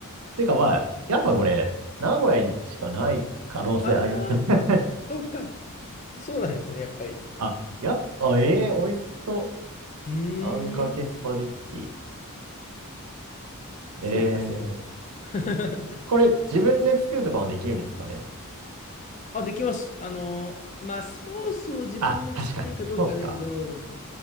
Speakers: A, on the right (about 75°); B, on the left (about 35°).
A: てかまあ、やっぱこれ、名古屋にしかない可能性ありますね。
B: ああ、
A: <laughs>
B: そうか。そうなんですね、やっぱり。
A: あ、やっぱ、ええー、美味しそ
B: うーん、
A: う。あんかけスパゲッティ。
B: そうか、
A: ええー、
B: そうか。<laughs>
A: これ自分で作るとかもできるんですかね。
B: あ、できます。あのー、まあ、ソースを自分で作れるかどうかだけど、
A: あ、確かに。そうっすか。